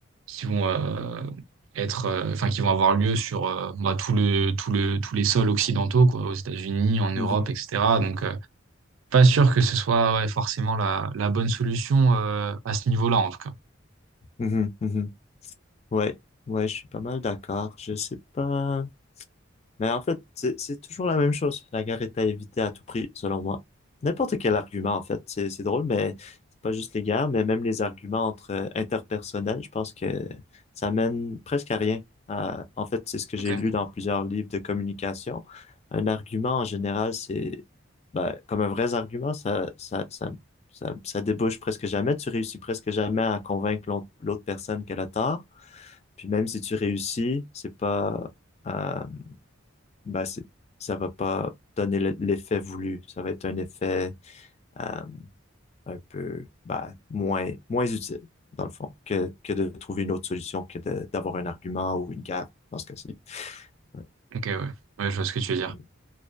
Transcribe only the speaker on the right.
qui vont euh, être, euh, enfin, qui vont avoir lieu sur euh, bah, tout le, tout le, tous les sols occidentaux, quoi, aux États-Unis, en Europe,
etc. Donc, euh, pas sûr que ce soit ouais, forcément la, la bonne solution euh, à ce niveau-là, en tout cas.
Ok.
Ok, ouais. Ouais, je vois ce que tu veux dire.